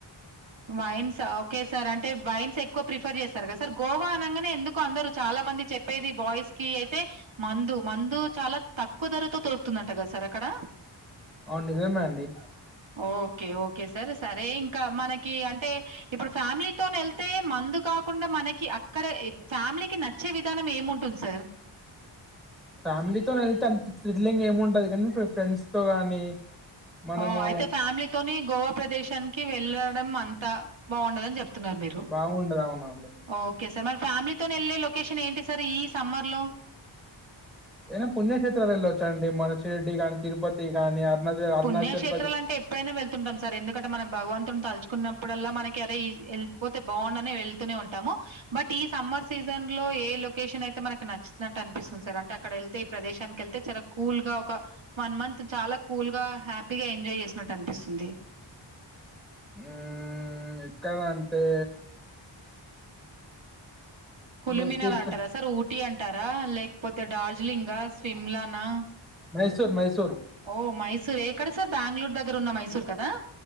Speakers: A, on the right; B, in the centre.
A: వైన్స్ ఓకే సార్ అంటే వైన్స్ ఎక్కువ ప్రిఫర్ చేస్తారు కదా సార్ గోవా అనగానే ఎందుకు అందరు చాలా కొంత మంది చెప్పేది బాయ్స్ కి అయితే మందు చాలా తక్కువ ధరతో దోరుకుతుందట కదా సార్ అక్కడ
B: ఆ నిజమే అండి
A: ఓకే ఓకే సార్ సరే ఇంకా మనకి అంటే ఇప్పుడు ఫ్యామిలీతో వెళ్తే మందు కాకుండా మనకి అక్కడ ఫ్యామిలీకి నచ్చే విధానం ఏముంటుంది సార్
B: ఫ్యామిలీతోనే వెళ్తే అంత థ్రిల్లింగ్ ఏమి ఉండదు కానీ ఫ్రెండ్స్ తో గాని మనము
A: ఓ అయితే ఫ్యామిలీతోని గోవా ప్రదేశానికి వెళ్ళడం అంతా బాగుండదని చెప్తున్నారు మీరు.
B: బాగుండదు అవునవును
A: ఓకే సార్ మరి ఫ్యామిలీతోని వెళ్లేే లొకేషన్ ఏంటి సార్ ఈ సమ్మర్ లో
B: అయినా
A: పుణ్యక్షేత్రం
B: పుణ్యక్షేత్రాలు వెళ్ళొచ్చండి మన షిరిడి గాని తిరుపతి గాని అరుణాచల్ అరుణాచల్
A: పుణ్యక్షేత్రాలు
B: ప్రదేశ్
A: అంటే ఎప్పుడైనా వెళ్తుంటాం సర్ ఎందుకంటే మన భగవంత్ తలుచుకున్నప్పుడల్లా మనకి అరే వెళ్ళిపోతే బాగుండు అనే వెల్ ఉంటాము బట్ ఈ సమ్మర్ సీజన్ లో ఏ లొకేషన్ అయితే మనకి నచ్చినట్టు అనిపిస్తుందో సర్ అంటే అక్కడ వెళ్తే ఈ ప్రదేశానికి వెళ్తే చాలా కూల్ గా ఒక వన్ మంత్ చాలా కూల్ గా హ్యాపీ ఇగా ఎంజాయ్ చేసినట్టు అనిపిస్తుంది
B: మ్మ్ ఎక్కడంటే ఇప్పుడు
A: కులిమినార్
B: తిరుప
A: అంటారా సార్ ఊటీ అంటారా లేకపోతే డార్జిలింగ సిమ్లానా
B: మైసూర్ మైసూర్
A: ఓ మైసూర్ ఎక్కడ సార్ బెంగుళూరు దగ్గర ఉన్న మైసూర్ కదా